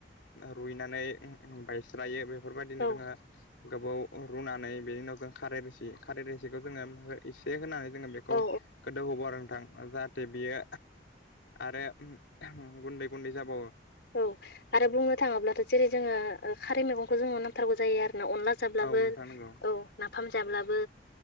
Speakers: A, on the left; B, on the left.
A: रुइनानै बायस्रायो बेफोरबायदिनो
B: औ
A: जोङो गोबाव रुनानै बेनि उनाव जों खारै रोसि खारै रोसिखौ जोङो एसे होनानै जोङो बेखौ
B: औ
A: गोदोऔ होबावो नोंथां जाहाथे बियो आरो गुन्दै गुन्दै जाबाव
B: औ आरो बुंनो थाङोब्लाथ' जेरै जोङो ओ खारै मैगंखौ जोङो नांथारगौ जायो आरोना अनला जाब्ला।
A: औ
B: बो
A: नोंथां
B: औ
A: नंगौ
B: नाफाम। जाब्लाबो